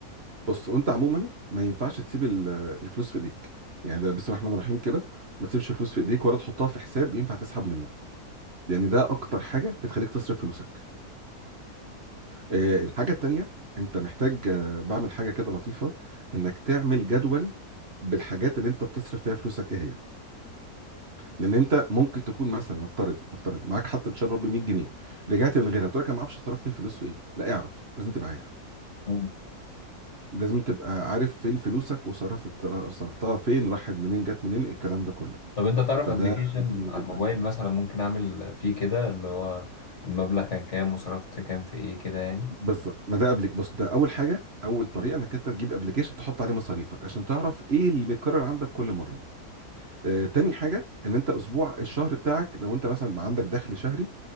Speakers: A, on the right (about 40°); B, on the left (about 45°).
A: بص وانت عموما ما ينفعش تسيب ال- الفلوس في ايديك يعني ده بسم الله الرحمن الرحيم كده ما تسيبش الفلوس في ايديك ولا تحطها في حساب ينفع تسحب منه يعني ده اكتر حاجه بتخليك تصرف فلوسك آه، الحاجه التانيه انت محتاج آه، بعمل حاجه كده لطيفه انك تعمل جدول بالحاجات اللي انت بتصرف فيها فلوسك ايه هي لان انت ممكن تكون مثلا نفترض نفترض معاك حتى ان شاء الله ربي 100 جنيه رجعت من غيرها قلت لك انا ما اعرفش صرفت الفلوس في ايه لا اعرف لازم تبقى عارف
B: مم.
A: لازم تبقى عارف فين فلوسك وصرفت صرفتها فين راحت منين جت منين الكلام ده كله
B: طب انت تعرف
A: فده
B: ابلكيشن
A: مهم
B: على
A: جدا
B: الموبايل مثلا ممكن اعمل فيه كده اللي هو المبلغ كان كام وصرفت كام في ايه كده يعني
A: بالظبط ما ده قبلك بص ده اول حاجه اول طريقه انك انت تجيب ابلكيشن تحط عليه مصاريفك عشان تعرف ايه اللي بيتكرر عندك كل مره آه تاني حاجه ان انت اسبوع الشهر بتاعك لو انت مثلا عندك دخل شهري